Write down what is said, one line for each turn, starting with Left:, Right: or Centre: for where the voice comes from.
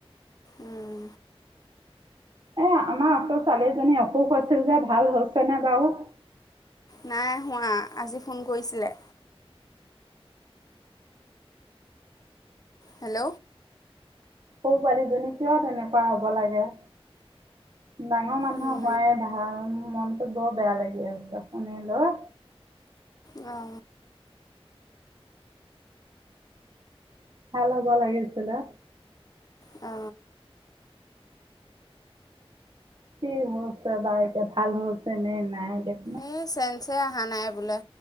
Left: উম
Right: এই, আমাৰ ওচৰ ছোৱালী এজনী অসুখ হৈছিল যে ভাল হৈছে নে বাৰু? সৰু
Left: নাই হোৱা আজি ফোন কৰিছিলে। হেল্ল,
Right: সৰু, পোৱালীজনী কিয় তেনেকুৱা হ'ব লাগে? ডাঙৰ মানুহ
Left: উম
Right: হোৱাই ভাল, মনতো বৰ বেয়া লাগি আছে শুনিলৈ।
Left: অ,
Right: ভাল হ'ব লাগিছিলে।
Left: অ,
Right: কি হৈছে বাৰু এতিয়া ভাল হৈছে নে, নাই দে
Left: এই চেঞ্চে অহা নাই বোলে,